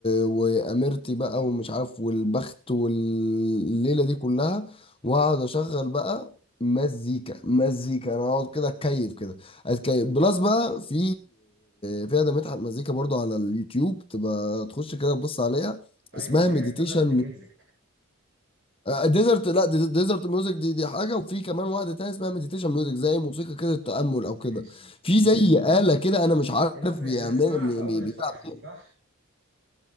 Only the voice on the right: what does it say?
ايوه
اللي
هي نظرة الميوزك
ايش يعني
اللي ب-
بنسمعها
في اول
الفرح
دي صح